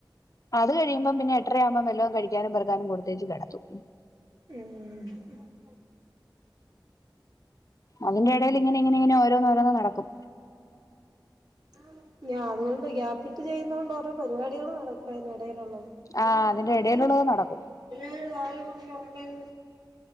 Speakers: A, on the left; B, on the right.
A: അത് കഴിയുമ്പം പിന്നെ എട്ടരയാകുമ്പോ വല്ലോം കഴിക്കാനും പെറുക്കാനും കൊടുത്തേച്ച് കെടത്തും.
B: ഉം
A: അതിന്റെ ഇടയിൽ ഇങ്ങനെങ്ങനെങ്ങനെ ഓരോന്ന് ഓരോന്ന് നടക്കും
B: മ്മേ ഞാൻ അതുകൊണ്ട് ഗ്യാപ്പിട്ട് ചെയ്യുന്നോണ്ട് ഓരോ പരിപാടികളും നടക്കും അതിനിടയിലുള്ളത് നീ
A: ആ
B: കിടന്നുറങ്ങിക്കോ
A: അതിന്റെ ഇടയിലുള്ളത് നടക്കും
B: നിന്നോട് ആര് പറഞ്ഞു ഉറങ്ങരു